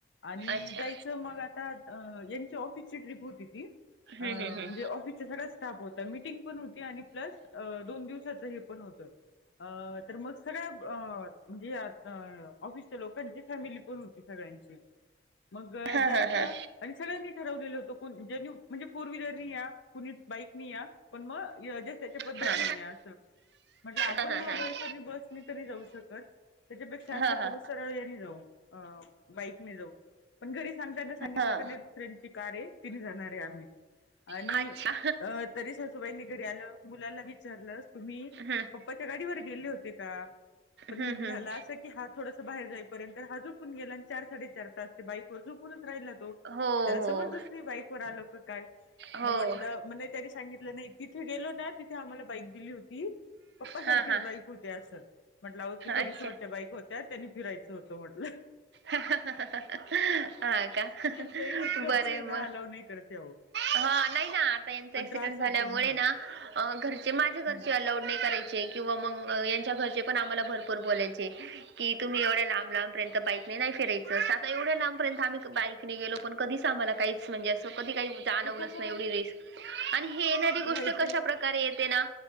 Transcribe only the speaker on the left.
आणि
जायचं मग आता यांची ऑफिसची ट्रिप होती ती
अ
म्हणजे ऑफिसचा सगळा स्टाफ होता मिटिंग पण होती आणि प्लस दोन दिवसाचं हे पण होतं अ तर मग सगळ्या अ म्हणजे अ ऑफिस च लोकांची फॅमिली पण होती सगळ्यांची मग
जायचं
आणि सगळ्यांनी ठरवलेल होत कोण जे म्हणजे फोर व्हीलर नी या कुणी बाईक नि या पण मग ज्याच्या त्याच्या पद्धतीने
या अस म्हटलं आप
महाबळेश्वर ला बसने नाही जाऊ शकतं त्यापेक्षा अस
करू
सरळ याने जाऊ बाईकने जाऊ पण घरी सांगता येत नसतं सांगितल
दुसऱ्याची कारय, तेणे जाणारे आम्ही आणि
तरी सासूबाईंनी घरी आल्यावर मुलाला विचारलं तुम्ही?
च्या गाडीवर गेले होते का? पण
झालं अस की हा थोडसं बाहेर जाय पर्यंत हा झोपुन गेला आण चार साडे चार तास ते बाईक वर झोपूनच राहिला तो
त्याला समजलंच
नायी बाईक वर आलो का काय
मग म्हटलं म त्यानी सांगितलं, नाही तिथे गेलो ना, तिथे आम्हाला बाईक दिली होती. पप्पा सारखीच
बाईक होते आसं म्हटलं. आहो तिथे
रिसॉर्टच्या बाईक होत्या, त्यांनी फिरायचं होतं म्हटल.
ते घरचे
ना अलाव नाही करते अहो
पण
त्रास
होतो हा
हा हा.
ते कसं
व्हायचं